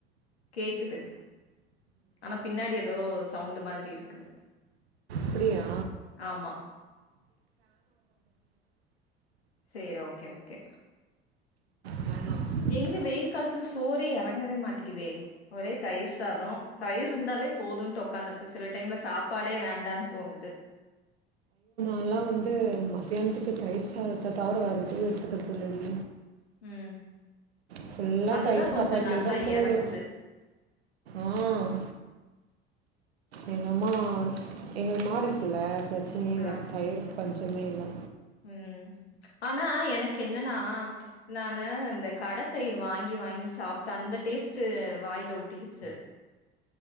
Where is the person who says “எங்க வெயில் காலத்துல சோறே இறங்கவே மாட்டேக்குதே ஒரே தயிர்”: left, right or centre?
Left